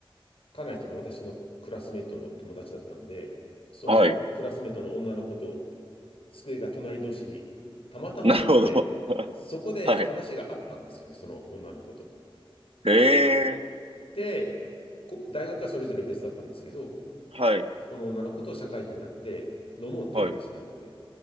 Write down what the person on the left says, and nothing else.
家内っていうのは私のクラスメートの友達だったんで、そのクラスメートの女の子と
机が隣同士にたまたまなって、
そこで話があったんですよね、
その女の子と。
で、こ大学はそれぞれ別だったんですけど、
その女の子と社会人になって飲もうっていう話になって、